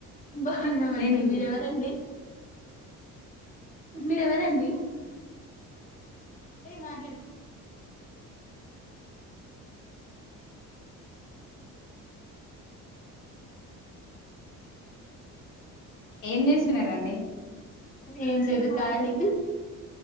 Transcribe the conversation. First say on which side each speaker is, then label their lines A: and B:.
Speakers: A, on the left; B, on the left.
A: బాగున్నామండి
B: నేను
A: మీరెవరండి మీరెవరండి ఏయ్ మాట్లాడు
B: ఏం చేస్తున్నారండి
A: ఏం లేదు ఖాళీ